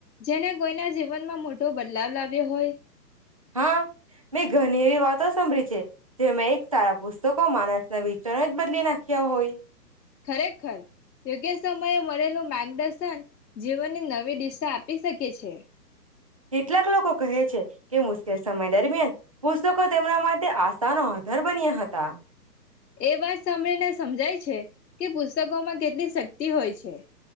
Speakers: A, on the left (about 85°); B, on the right (about 20°).
A: જેને કોઈના જીવનમાં મોટો બદલાવ લાવ્યો હોય?
B: હા મેં ઘણી એવી વાતો સાભળી છે. જેમાં એક સારા પુસ્તકો માણસના વિ ચાર જ બદલી નાખ્યા હોય.
A: ખરેખર યોગ્ય સમયે મલેલું માર્ગદર્શન જીવનને નવી દિશા આપી શકે છે.
B: કેટલાક લોકો કહે છે કે મુશ્કેલ સમય દરમિયાન પુસ્તકો તેમના માટે આશાનો આધાર બન્યા હતા.
A: એ વાત સાંભળીને સમજાય છે કે પુસ્તકોમાં કેટલી શક્તિ હોય છે.